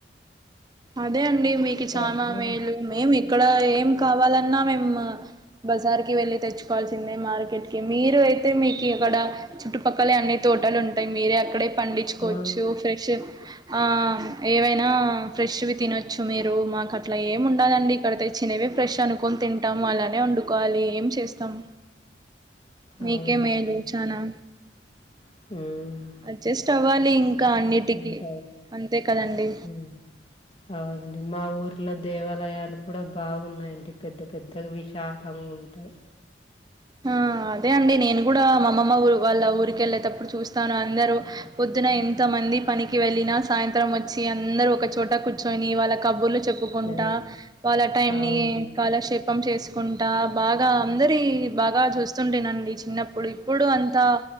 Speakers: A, on the right (about 20°); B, on the left (about 30°).
A: అదే అండి మీకు
B: పర్లేదు.
A: చాలా మేలు మేము ఇక్కడ ఏం కావాలన్నా మేము బజార్ కి వెళ్ళి తెచ్చుకోవాల్సిందే మార్కెట్ కి మీరు అయితే మీకి ఇక్కడ చుట్టుపక్కల అన్ని తోటాలు ఉంటాయి మీరే అక్కడే పండించుకోవచ్చు
B: ఆ
A: ఫ్రెష్ ఆ ఏవైనా ఫ్రెష్ వి తినొచ్చు మీరు మాకు అట్లా ఏమి ఉండదండి ఇక్కడ తెచ్చినేవే ఫ్రెష్ అనుకొని తింటాము అలానే వండుకోవాలి ఏం చేస్తాం మీకే
B: అవునండి
A: మేలు చానా
B: <inaudible> హ్మ్
A: అడ్జస్ట్ అవ్వాలి ఇంకా అన్నిటికి
B: <unintelligible>
A: అంతే కదండి
B: హ్మ్ అవునండి మా ఊర్లో దేవాలయాలు కూడా బాగున్నాయండి పెద్ద పెద్ద విశాలం ఉంటాయ్
A: ఆ అదే అండి నేను కూడా మా అమ్మమ్మ ఊరు వాళ్ళ ఊరికి వెళ్ళేటప్పుడు చూస్తాను అందరు పో ద్దున ఎంత మంది పనికి వెళ్ళిన సాయంత్రం వచ్చి అందరు ఒక చోట కూర్చొని వాళ్ళ కబుర్లు చెప్పుకుంటా
B: ఆ!
A: వాళ్ళ టైం
B: అవునండి.
A: ని కాలక్షేపం చేసుకుం ట బాగా అందరి బాగా చూస్తుంటునండి చిన్నప్పుడు ఇప్పుడు అంతా